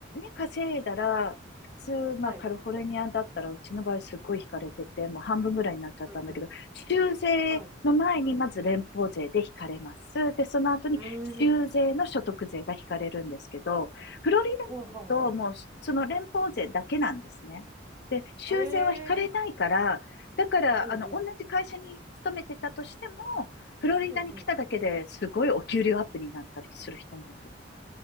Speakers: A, on the left (about 65°); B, on the right (about 15°).
A: 稼いだら、普通、まあ、
B: はい。
A: カリフォルニアだったら、うちの場合すごい引かれてて、もう半分ぐらいになっちゃったんだけど、
B: うんうん。
A: 州税の前にまず連邦税で引かれます。
B: はい。
A: で、その後に州税の所得税が引かれるんですけど、
B: うーん。
A: フロリダだともうその連邦税だけなんですね。
B: ほうほうほ
A: で、州税は引かれないから、
B: う。へえ。
A: だから、
B: うんうん。
A: あの、同じ会社に勤めてたとしても、フロリダに来ただけですごいお給料アップになったりする人もい
B: うんうん。